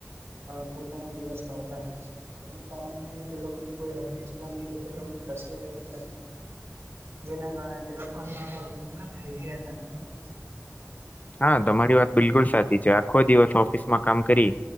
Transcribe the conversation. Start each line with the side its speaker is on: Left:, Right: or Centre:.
Right: અ પોતાનો દિવસ ગળતા હોય છે. જેના કારણે તેલોકની કોઈ હલ વિચલન કે તેની <unintelligible> નથી જેના કારણે તે લોકો અન હેલધી અન હેલધી રહેતા નથી
Left: હા તમારી વાત બિલકુલ સાચી છે, આખો દિવસ ઓફિસમાં કામ કરી